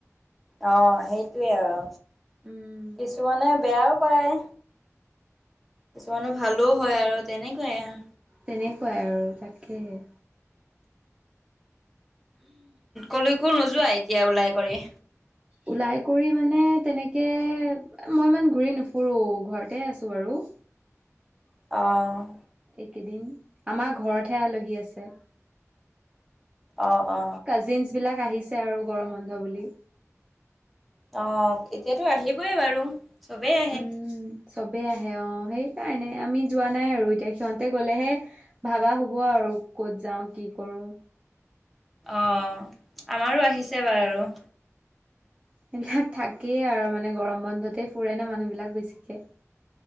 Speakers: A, in the centre; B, on the right (about 20°).
A: অ সেইটোৱে আৰু
B: উম
A: কিছুমানে বেয়াও পায়। কিছুমানো ভালো হয় আৰু তেনেকুৱাই আও,
B: তেনেকুৱাই আৰু তাকেহে।
A: কলৈকো নোযোৱা এতিয়া ওলাই কৰি।
B: ওলাই কৰি মানে তেনেকৈ মই ইমান ঘূৰি নুফুৰোঁ ঘৰতে আছোঁ বাৰু।
A: অ
B: এইকেইদিন আমাৰ ঘৰতহে আলহী আছে।
A: অ অ।
B: জিছ বিলাক আহিছে আৰু গৰম বন্ধ বুলি।
A: অ এতিয়াতো আহিবই বাৰু। চবেই আহে
B: উম চবেই আহে অ সেইকাৰণে আমি যোৱা নাই আৰু এতিয়া সিহঁতে গ'লেহে। ভাবা হ'ব আৰু ক'ত যাওঁ কি কৰো।
A: অঁ আমাৰো আহিছে বাৰু।
B: সেইবিলাক থাকেই আৰু মানে গৰম বন্ধতেই ফুৰে ন মানুহবিলাক বেছিকে।